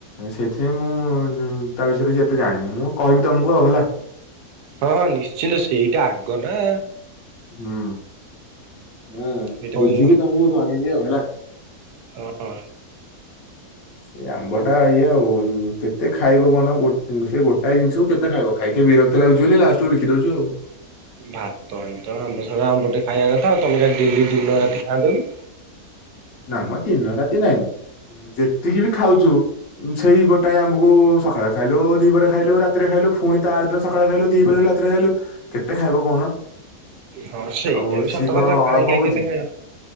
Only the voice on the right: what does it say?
ହଁ ହଁ ନିଶ୍ଚିନ୍ତ ସେଇଟା ଆଗ ନା।
ସେଇଟା
କହିବ
ହଁ
ନ
ଭାତ ଆଣି ତ ଆମ୍ବ ସରା ଆମ୍ବଟେ ଖାଇବା କଥା ଆଉ ତମେ କାଇଁ ଡେଲି ଦିନ ରାତି ଖାଆନ୍ତ କି?
ହଁ ସେଇଟା
ବି
ସତ
କଥା ଖାଇ
ଖାଇ
କେତେ ଖାଇବା।